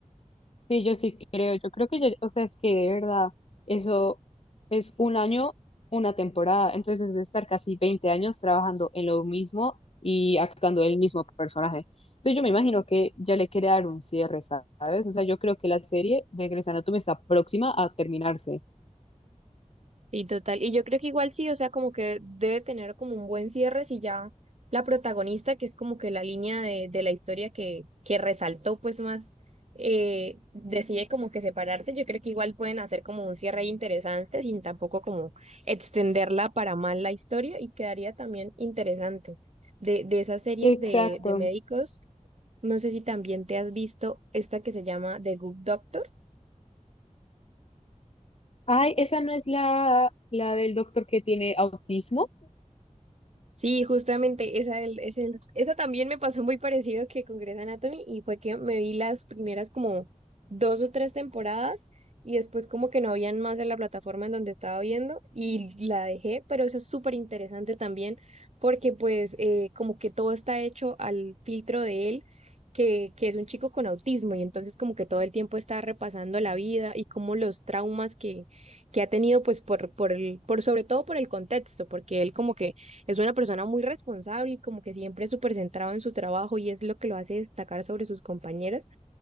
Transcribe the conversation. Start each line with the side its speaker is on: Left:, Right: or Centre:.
Left: Sí, yo sí creo, yo creo que, ya- o sea, es que de verdad, eso es un año, una temporada, entonces es estar casi 20 años trabajando en lo mismo y actuando el mismo personaje. Entonces yo me imagino que ya le quiere dar un cierre, ¿sabes? O sea, yo creo que la serie de Grey's Anatomy está próxima a terminarse.
Right: Y total, y yo creo que igual sí, o sea, como que debe tener como un buen cierre si ya la protagonista, que es como que la línea de, de la historia que, que resaltó pues más, eh, decide como que separarse, yo creo que igual pueden hacer como un cierre interesante sin tampoco como extenderla para mal la historia y quedaría también interesante. De, de esas series
Left: Exacto.
Right: de, de médicos, no sé si también te has visto esta que se llama The Good Doctor.
Left: Ay, esa no es la, la del doctor que tiene autismo.
Right: Sí, justamente esa, el- es el- esa también me pasó muy parecido que con Grey's Anatomy y fue que me vi las primeras como dos o tres temporadas y después como que no habían más en la plataforma en donde estaba viendo y la dejé, pero eso es súper interesante también porque pues eh, como que todo está hecho al filtro de él, que, que es un chico con autismo y entonces como que todo el tiempo está repasando la vida y como los traumas que, que ha tenido pues por, por el, por sobre todo por el contexto, porque él como que es una persona muy responsable y como que siempre es súper centrado en su trabajo y es lo que lo hace destacar sobre sus compañeras,